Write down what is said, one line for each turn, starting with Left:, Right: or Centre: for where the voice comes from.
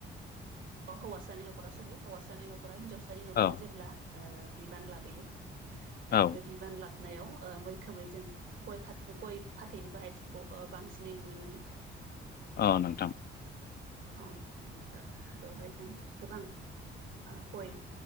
Right: ओ हौवासानि नखरा सरि हौवासानि नखरा हिनजावसानि नखराव
Left: औ
Right: जेब्ला ओ बिबान लाबोयो ओ
Left: औ
Right: बे बिबान लाब नायाव ओ मैखोमै जों गय खा गय फाथैनि बाहायथिखौ बांसिनै नुनो मोनो। <inaudible>
Left: औ नोंथां
Right: औ नुदों ओ बेवहाय जों गोबां ओ गय